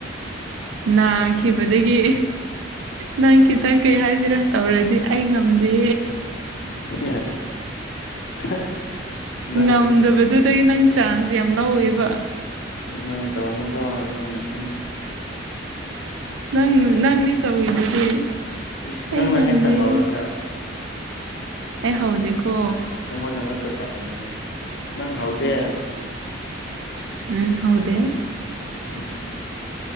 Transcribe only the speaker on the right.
ꯅꯥꯈꯤꯕꯗꯒꯤ ꯅꯪ
ꯈꯤꯇꯪ ꯀꯩ ꯍꯥꯢꯖꯤꯔ ꯇꯧꯔꯗꯤ ꯑꯩ ꯉꯝꯗꯦ
ꯉꯝꯗꯕꯗꯨꯗꯩ ꯅꯪ ꯆꯥꯟꯁ ꯌꯥꯝ ꯂꯧꯋꯦꯕ
ꯅꯪ
ꯅꯪꯅꯦ ꯇꯧꯋꯤꯗꯨꯗꯤ
ꯑꯩ
ꯉꯝꯗꯦ
ꯑꯩ ꯍꯧꯗꯦꯀꯣ
ꯎꯝ ꯍꯧꯗꯦ